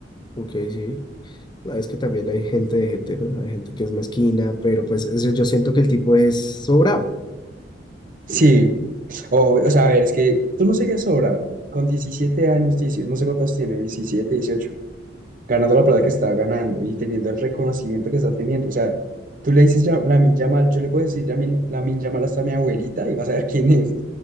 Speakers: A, on the left; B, on the right.
A: ok, sí. No, es que también hay gente de gente, ¿no? Hay gente que es mezquina, pero pues es- yo siento que el tipo es sobrado.
B: Sí, o, o sea, a ver, es que tú no serías sobrado. Con 17 años, dieci no sé cuántos tiene, 17 18 ganando la plata que estaba ganando y teniendo el reconocimiento que está teniendo. O sea, tú le dices la Lamine Yamal, yo le puedo decir Yamil- Lamine Yamal hasta a mi abuelita y vas a ver quién es.